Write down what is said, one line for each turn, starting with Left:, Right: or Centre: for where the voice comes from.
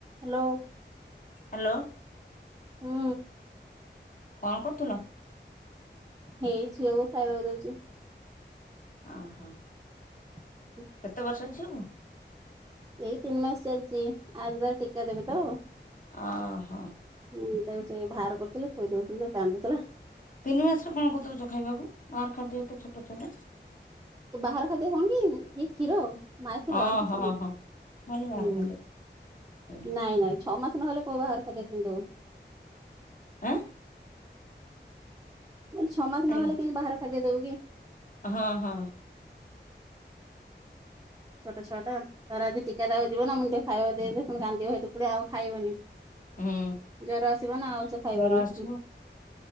Right: Hello.
Left: Hello.
Right: ହୁଁ।
Left: କଣ କରୁଥିଲ?
Right: ଏଇ ଝିଅକୁୁ ଖାଇବାକୁ ଦଉଚି।
Left: ଅହ।
Right: <unintelligible>
Left: କେତେ ବର୍ଷ ଝିଅକୁ?
Right: ଏଇ ତିନି ମାସ ଚାଲ୍ଚି, ଆଜି ତାର ଟିକା ଦେବେ ତ।
Left: ଅହ।
Right: ହଁ ତାକୁ ଟିକେ ବାହାର କରୁଥିଲି ଖୋଇଦଉଥିଲି <unintelligible> କାନ୍ଦୁଥିଲା।
Left: ତିନି ମାସରେ କଣ କରି ଦେଉଚ ଖାଇବାକୁ ବାହାର ଖାଦ୍ୟ ଏତେ ଛୋଟ ଛୁଆଟା।
Right: ବାହାର ଖାଦ୍ୟ କଣ କି ଏଇ କ୍ଷୀର ମା ଖିର
Left: ଓହୋ
Right: ଆଉ କିଛି ନୁହଁ।
Left: ହୋ ମୁଁ କହିଲି ବାହାର ଖାଦ୍ୟ ଦଉନ।
Right: ନାଇଁ-ନାଇଁ ଛଅ ମାସ ନହେଲେ କୋଉ ବାହାର ଖାଦ୍ୟ କେମିତି ଦବୁ।
Left: ଆଁ
Right: ମୁଁ କହିଲି ଛଅ ମାସ
Left: ହ୍ୟାଲୋ
Right: ନହେଲେ କେମତି ବାହାର ଖାଦ୍ୟ ଦବୁ କିି?
Left: ହଁ ହଁ
Right: ଛୋଟ ଛୁଆଟା ତାର ଆଜି ଟୀକା ଦବାକୁ ଯିବ ନା, ମୁଁ ଟିକେ ଖାଇବା <unintelligible> ପୁଣି କାନ୍ଦିବ <unintelligible> ପୁଣି ଆଉ ଖାଇବନି।
Left: ହୁଁ
Right: ଜର ଆସିବ ନା ଆଉ ସେ ଖାଇବନି,
Left: ଜର ଆସିବ